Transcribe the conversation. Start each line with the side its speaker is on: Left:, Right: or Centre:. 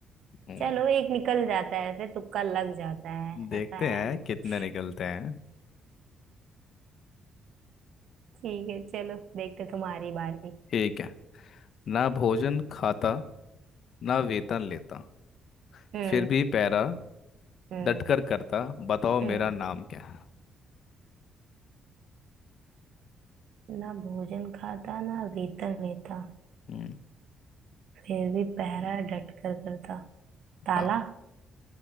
Left: हम्म,
Right: चलो एक निकल जाता है ऐसे तुक्का लग जाता है
Left: देखते
Right: ऐसा है
Left: हैं
Right: नहीं कुछ
Left: कितने निकलते हैं
Right: ठीक है चलो देखते तुम्हारी बारी
Left: ठीक है ना भोजन खाता ना वेतन लेता
Right: हम्म
Left: फिर भी पैरा
Right: हम्म
Left: डटकर करता बताओ
Right: हम्म
Left: मेरा नाम क्या है
Right: ना भोजन खाता ना वेतन लेता
Left: हम्म,
Right: फिर भी पहरा डट कर करता ताला
Left: हाँ,